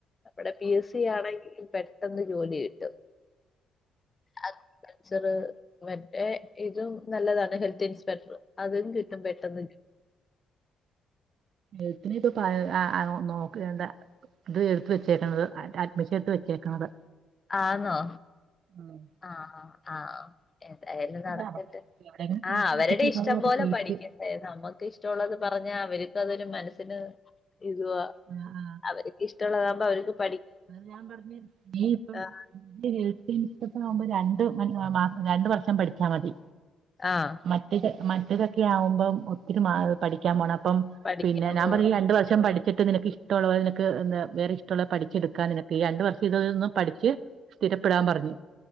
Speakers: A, on the left; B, on the right.
A: വേടെ പി എസ് സി ആണെങ്കിലും പെ ട്ടെന്ന് ജോലി കിട്ടും അ <unintelligible> ൾച്ചറ് മറ്റേ ഇതും നല്ലതാണ് ഹെൽത്തിൻസ്പെക്ടർ അതും കിട്ടും പെട്ടെന്ന്
B: എഴുത്തിനെ ഇപ്പോ പഴ് അ ആ നോക്ക് എന്ത ഇത് വെച്ചേക്കണ്ത് അ അറ്റ് മെഷിയത്ത് വെച്ചേക്കണത്
A: ആന്നോ
B: മ്
A: ആ ആ എന്തായാലും നടക്കട്ട്
B: നമുക്ക് എവിടെയെങ്കിലും
A: ആ
B: സീറ്റ്
A: അവര്ടെ
B: ഉറപ്പിച്ചേക്കാതെ
A: ഇഷ്ടം
B: നമുക്ക്
A: പോലെ
B: സീറ്റ്
A: പഠിക്കട്ടെ നമ്മക്ക് ഇഷ്ട്ടൊള്ളത് പറഞ്ഞാ പ്പതൊരു മനസ്സിന് ഇതുവാ
B: ആ, ആ.
A: അവരിക്ക് ഇഷ്ട്ടൊള്ള <unintelligible>
B: അത് ഞാൻ പറഞ്ഞ് നീ ഇപ്പം
A: ആഹ്
B: ന്റെ ജീവി പിൻ ഇപ്പത്തനാവുമ്പോ രണ്ട്- കയിനാ മാസം രണ്ട് വർഷം പഠിച്ചാ മതി
A: ആഹ്
B: മറ്റേത് മ ഇതൊക്കെ ആവുമ്പം ഒത്തിരി മാ പഠി ക്കാമ്പോണം അപ്പം
A: പഠിക്കാൻ
B: പിന്നെ ഞാൻ
A: പോ
B: പറഞ് രണ്ടു വർഷം പഠിചേ - എന്നിട്ട് നിനക്കിഷ്ട്ടൊള്ള പോലെ നിനക്ക് ന്താ വേറെ ഇഷ്ട്ടൊള്ള പഠി എടുക്കാ നിന ഈ രണ്ടു വർഷം ഇതതന്ന് പഠിച്ച് സ്ഥിരപ്പെടാൻ പറഞ്ഞ്